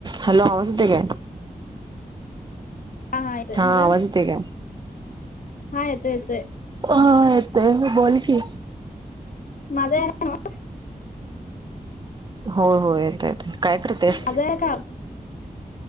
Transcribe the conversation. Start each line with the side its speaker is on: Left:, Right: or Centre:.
Right: हॅलोसध का
Left: हाय
Right: हा
Left: मग
Right: आवाज येतोय काय?
Left: हा येत येतय
Right: ह येतो बोल की
Left: माझा आहेला ना
Right: हो हो येत येत काय करतेस
Left: अ का